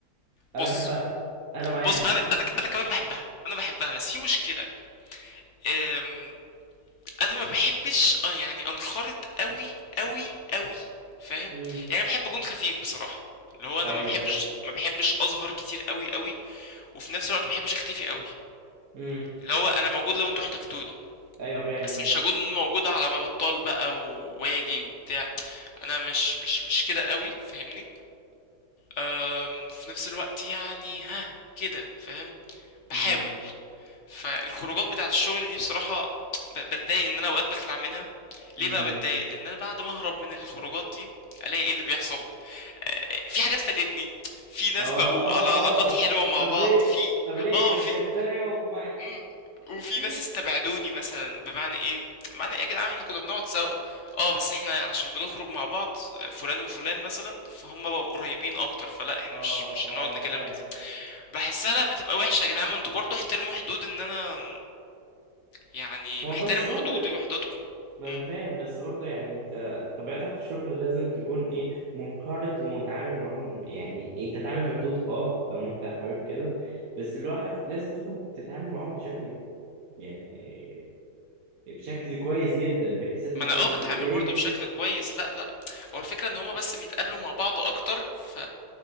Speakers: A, on the right; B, on the left.
A: أنا
B: بص
A: بحبها أنا معاها
B: بص انا انا
A: <laughs>
B: انا كمان بحبها انا بحبها بس في مشكلة آم، انا ما بحبش آه، يعني انخرط قوي قوي قوي فاهم
A: امم
B: يعني بحب اكون خفيف بصراحة اللي هو انا
A: أيوه
B: ما بحبش
A: فاهم
B: ما بحبش اظهر كتير قوي قوي وفي نفس الوقت ما بحبش اختفي قوي
A: امم
B: اللي هو انا موجود لو انتوا احتجتوني
A: أيوه فاهم
B: بس
A: فاهم
B: مش هكون موجود على ما بطال بقى و- واجي وبتاع انا مش مش مش كده قوي فاهمني أم، في نفس الوقت يعني ها كده فاهم بحاول
A: امم
B: فالخروجات بتاعت الشغل دي بصراحة ب- بتضايق ان انا اوقات بخلع منها ليه
A: امم
B: بقى بتضايق لان انا بعد ما اهرب من الخروجات دي الاقي ايه اللي بيحصل في حاجات فاتتني في ناس
A: اه
B: بقوا
A: اه
B: على علاقات
A: اه
B: حلوة مع
A: طب
B: بعض
A: ليه
B: في
A: طب ليه
B: اه
A: ما أنا
B: في
A: كانت زي ما معاكم
B: مم. وفي
A: <laughs>
B: ناس استبعدوني مثلا بمعنى ايه معنى ايه يا جدعان احنا كنا بنقعد سوا اه بس احنا عشان بنخرج مع بعض فلان وفلان مثلا فهم بقوا قريبين اكتر فلا احنا
A: اه
B: مش مش
A: اه
B: هنقعد نكلم
A: فاهم
B: كتير بحسها لا بتبقى وحشة يا جدعان ما انتوا برضه احترموا حدود ان انا يعني
A: ما
B: محترم
A: هو بس برضه
B: حدودي وحدودكم
A: ما
B: مم.
A: انا فاهم بس برضه يعني انت طبيعتك في الشغل لازم تكون ايه منقرض ومتعامل معاهم يعني انت تعمل بحدود اه لو انت حابب كده بس الواحد لازم تكون بتتعامل معاهم بشكل يعني بشكل كويس جدا بحيث ان
B: ما
A: هو
B: انا
A: ايه
B: اه بتعامل
A: تلاقيك
B: برضه بشكل كويس لا لا هو الفكرة ان هما بس بيتقابلوا مع بعض اكتر ف